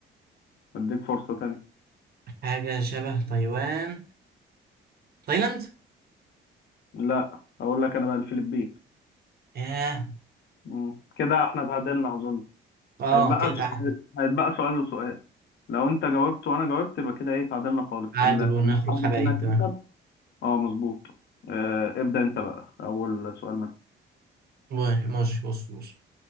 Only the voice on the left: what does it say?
اديك فرصة تانية
لا اقول لك انا بقى الفلبين
مم. كده احنا اتعادلنا اظن
هيتبقى
س...
هيتبقى سؤال وسؤال لو انت جاوبت وانا جاوبت يبقى كده ايه اتعادلنا خالص
ال-
لو حد
فينا كسب
اه مظبوط آه ابدأ انت بقى اول سؤال منك